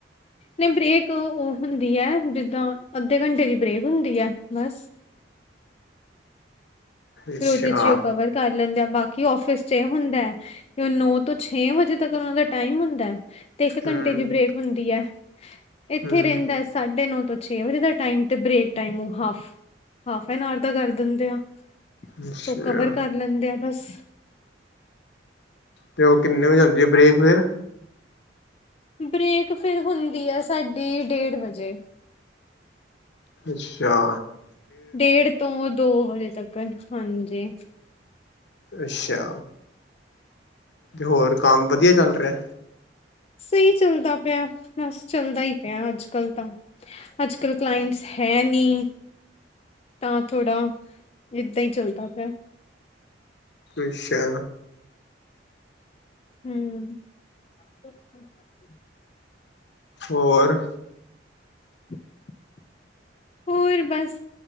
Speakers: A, on the left; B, on the left.
A: ਨਹੀਂ ਬਰੇੇਕ ਉਹ ਹੁੰਦੀ ਹੈ ਜਿੱਦਾਂ, ਅੱਧੇ ਘੰਟੇ ਦੀ ਬ੍ਰੇਕ ਹੁੰਦੀ ਹੈ ਬਸ।
B: ਅੱਛਾ
A: ਫਿਰ ਉਹਦੇ 'ਚ ਹੀ ਉਹ ਕਵਰ ਕਰ ਲੈਂਦੇ ਆ। ਬਾਕੀ ਆਫਿਸ 'ਚ ਇਹ ਹੁੰਦਾ, ਕਿ ਉਹ ਨੋ ਤੋਂ ਛੇ ਵਜੇ ਤੱਕ ਉਹਨਾਂ ਦਾ ਟਾਈਮ ਹੁੰਦਾ। ਤੇ ਇੱਕ
B: ਹੂੰ
A: ਘੰਟੇ ਦੀ ਬ੍ਰੇਕ ਹੁੰਦੀ ਐ। ਇੱਥੇ
B: ਹੂੰ
A: ਰਹਿੰਦਾ ਸਾਢੇ ਨੌ ਤੋਂ ਛੇ ਵਜੇ ਦਾ ਟਾਇਮ ਤੇ ਬ੍ਰੇਕ ਟਾਇਮ ਉਹ ਹਾਫ, ਹਾਫ ਐਨ ਆਰ ਦਾ ਕਰ ਦਿੰਦੇ ਆ।
B: ਅੱਛਾ
A: ਤੂੰ ਕਵਰ ਕਰ ਲੈਂਦੇ ਆ ਬਸ।
B: ਤੇ ਉਹ ਕਿੰਨੇ ਵਜੇ ਆਉਂਦੀ ਹੈ ਬ੍ਰੇਕ ਫਿਰ?
A: ਬ੍ਰੇਕ ਫਿਰ ਹੁੰਦੀ ਆ ਸਾਡੀ ਡੇਢ ਵਜੇ।
B: ਅੱਛਾ
A: ਡੇਢ ਤੋਂ ਦੋ ਵਜੇ ਤੱਕ। ਹਾਂਜੀ।
B: ਅੱਛਾ। ਤੇ ਹੋਰ ਕੰਮ ਵਧੀਆ ਚੱਲ ਰਿਹਾ?
A: ਸਹੀ ਚੱਲਦਾ ਪਿਆ ਬਸ ਚੱਲਦਾ ਹੀ ਪਿਆ ਅੱਜਕੱਲ ਤਾਂ ਅੱਜਕਲ ਕਲਾਇੰਟਸ ਹੈ ਨਹੀਂ ਤਾਂ ਥੋੜਾ ਏਦਾਂ ਹੀ ਚੱਲਦਾ ਪਿਆ।
B: ਅੱਛਾ
A: ਹੂੰ <unintelligible>
B: ਹੋਰ
A: <inaudible> ਹੋਰ ਬਸ,